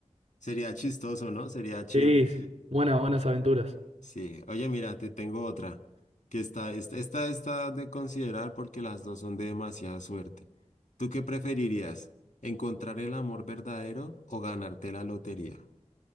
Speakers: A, on the left; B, on the right.
A: sería chistoso, ¿no? Sería chévere.
B: Sí, sí. Buenas, buenas aventuras.
A: Sí, oye, mira, te tengo otra, que está, esta, esta está de considerar porque las dos son de demasiada suerte. ¿Tú qué preferirías? ¿Encontrar el amor verdadero o ganarte la lotería?